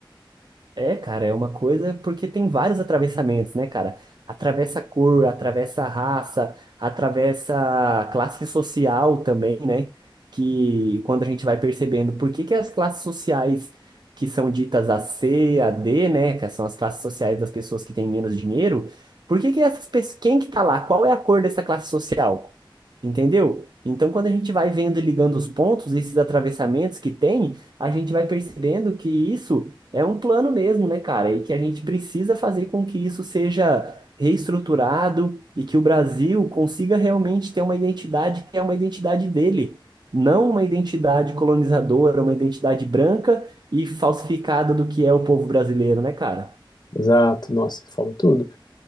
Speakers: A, on the right (about 55°); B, on the left (about 50°).
A: É, cara, é uma coisa porque tem vários atravessamentos, né, cara? Atravessa cor, atravessa raça, atravessa classe social também, né? Que quando a gente vai percebendo por que que as classes sociais que são ditas a C, a D, né, que são as classes sociais das pessoas que têm menos dinheiro, por que que essas pessoas, quem que tá lá? Qual é a cor dessa classe social? Entendeu? Então, quando a gente vai vendo e ligando os pontos, esses atravessamentos que tem, a gente vai percebendo que isso é um plano mesmo, né, cara? E que a gente precisa fazer com que isso seja reestruturado e que o Brasil consiga realmente ter uma identidade que é uma identidade dele, não uma identidade colonizadora, uma identidade branca e falsificada do que é o povo brasileiro, né, cara?
B: Exato, nossa, você falou tudo.